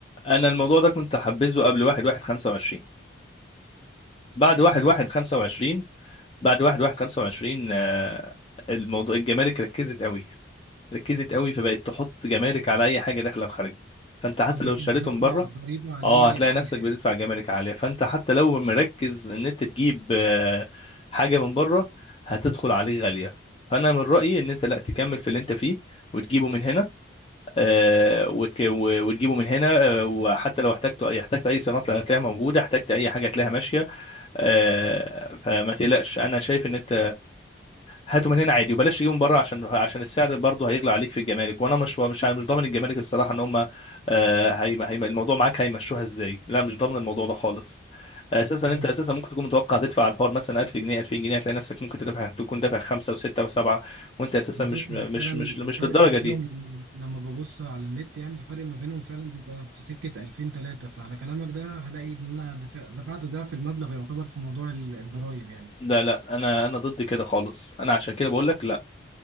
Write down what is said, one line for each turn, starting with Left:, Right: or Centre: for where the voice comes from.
Left: انا الموضوع ده كنت حبذه قبل 1 1 25 بعد
Right: اشمعنى
Left: 1 1 25 بعد 1 1 25 آه، الموضوع الجمارك ركزت قوي ركزت قوي فبقت تحط جمارك على اي حاجه داخله وخارجه فانت حتى
Right: قصدك
Left: لو اشتريتهم
Right: إن هدفع
Left: بره
Right: ضريبة عليه
Left: اه هتلاقي
Right: عالية
Left: نفسك
Right: يعني
Left: بتدفع جمارك عاليه فانت حتى لو مركز ان انت تجيب آه، حاجه من بره هتدخل عليك غاليه فانا من رايي ان انت لا تكمل في اللي انت فيه وتجيبه من هنا آه، وتك- و- وتجيبه من هنا آه، وحتى لو احتجت اي احتجت اي صيانات هتلاقيها موجوده احتجت اي حاجه هتلاقيها ماشيه آه، فما تقلقش انا شايف ان انت هاته من هنا عادي وبلاش تجيبه من بره عشان عشان السعر برضه هيغلى عليك في الجمارك وانا مش مش مش ضامن الجمارك الصراحه ان هم آه، هيم- هيم- الموضوع معاك هيمشوها ازاي لا مش ضامن الموضوع ده خالص اساسا
Right: فاهم
Left: انت اساسا ممكن تكون متوقع تدفع على الحوار مثلا 1000 جنيه 2000 جنيه هتلاقي نفسك ممكن تدفع تكون دافع خمسه وسته وسبعه وانت اساسا
Right: بالظبط
Left: مش مش
Right: هو فعلا
Left: مش مش
Right: الفرق
Left: للدرجه
Right: ما بينهم
Left: دي
Right: لما لما ببص على النت يعني الفرق ما بينهم فعلا بيبقى في سكة 2000 3 فعلى كلامك ده هلاقي إن أنا دفع- دفعت ضعف المبلغ يعتبر في موضوع ال- الضرايب يعني
Left: لا لا انا انا ضد كده خالص انا عشان كده بقول لك لا